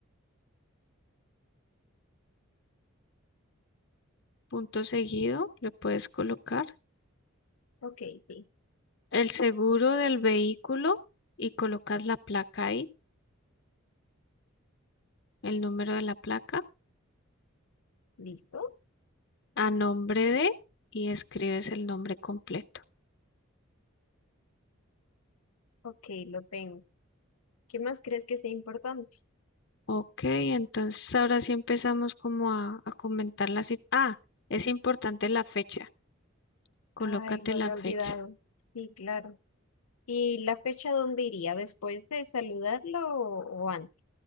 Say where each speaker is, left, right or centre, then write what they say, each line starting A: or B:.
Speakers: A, on the left; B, on the left.
A: Punto seguido, le puedes colocar
B: ok, sí,
A: el seguro del vehículo y colocas la placa ahí, el número de la placa,
B: listo.
A: a nombre de y escribes el nombre completo.
B: Ok, lo tengo. ¿Qué más crees que sea importante?
A: Ok, entonces ahora sí empezamos como a, a comentar la cita. Ah, es importante la fecha. Colócate
B: Ay, lo había
A: la
B: olvidado.
A: fecha.
B: Sí, claro. ¿Y la fecha dónde iría? ¿Después de saludarla o, o antes?